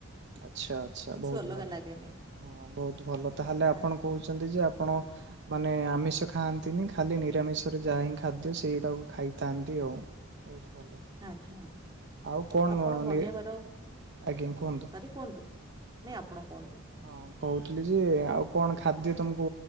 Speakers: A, on the right; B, on the right.
A: ଆଚ୍ଛା ଆଚ୍ଛା
B: କିଛି
A: ବହୁତ
B: ଅଲଗା
A: ଭଲ।
B: ଲାଗେନି
A: ହଁ ବହୁତ ଭଲ ତାହେଲେ ଆପଣ
B: ଆଜ୍ଞା
A: କହୁଛନ୍ତି ଯେ ଆପଣ ମାନେ ଆମିଷ ଖାଆନ୍ତିନି ଖାଲି ନିରାମିଷରେ ଯାହା ହିଁ ଖାଦ୍ୟ ସେଇଟାକୁ ଖାଇଥାନ୍ତି ଆଉ। ବହୁତ ଭଲ
B: ଆଜ୍ଞା
A: ଆଉ କଣ
B: ଆପଣ ବନେଇବାର
A: ନି ଆଜ୍ଞା କୁହନ୍ତୁ?
B: ସରି କୁହନ୍ତୁ? ନାଇଁ ଆପଣ କୁହନ୍ତୁ
A: ହଁ କହୁଥିଲି ଯେ ଆଉ କଣ ଖାଦ୍ୟ ତମକୁ